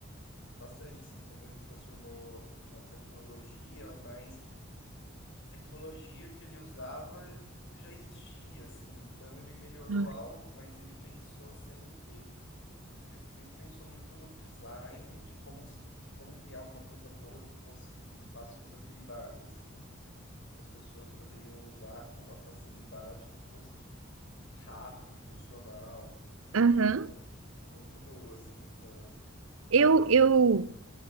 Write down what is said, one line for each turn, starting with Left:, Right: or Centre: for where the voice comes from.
Left: bastante assim como ele transformou a tecnologia, mas a tecnologia que ele usava já existia, assim. Então ele melhorou
Right: ah,
Left: algo, mas ele pensou sempre, ele sempre pensou muito no design, de como us- de como criar alguma coisa boa que fosse de fácil usabilidade, assim. que as pessoas poderiam usar com uma facilidade que fosse rápido, funcional.
Right: Aham.
Left: Foi muito boa, assim, essa
Right: Eu,
Left: a biografia.
Right: eu,